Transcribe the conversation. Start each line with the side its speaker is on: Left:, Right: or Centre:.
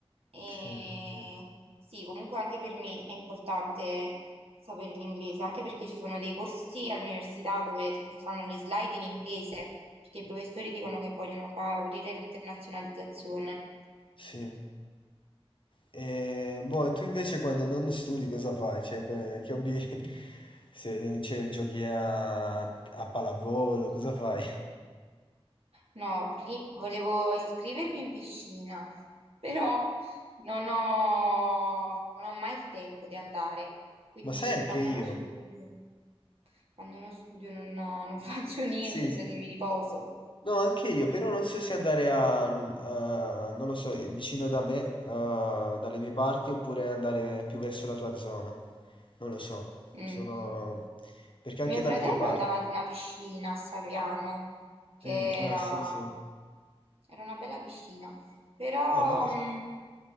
Right: E
Left: sì, sì,
Right: sì, comunque anche per me è importante sapere l'inglese, anche perché ci sono dei corsi all'università dove ti mostrano le slide in inglese, perché i professori dicono che vogliono favorire l'internazionalizzazione.
Left: sì. E, boh, e tu invece quando non studi cosa fai? Cioè, que- che hobby... <laughs> Se, cioè, giochi a, a pallavolo, cosa fai?
Right: No, pri- volevo iscrivermi in piscina, però non ho, non ho mai il tempo di andare, quindi
Left: Ma sai anche
Right: quando
Left: io?
Right: non studio, quando non studio non, non <laughs> faccio niente,
Left: Sì.
Right: praticamente
Left: sì.
Right: mi riposo.
Left: No, anche io, però non so se andare a, a- non lo so, vicino da me, eh, dalle mie parti, oppure andare più verso la tua zona. Non lo so.
Right: Mm.
Left: Sono... Perché
Right: Mio
Left: anche
Right: fratello
Left: dalle tue parti.
Right: andava ad una piscina a Saviano, che
Left: Mm, ah,
Right: era,
Left: sì, sì. Eh,
Right: era una bella piscina, però
Left: non lo
Right: mm,
Left: so.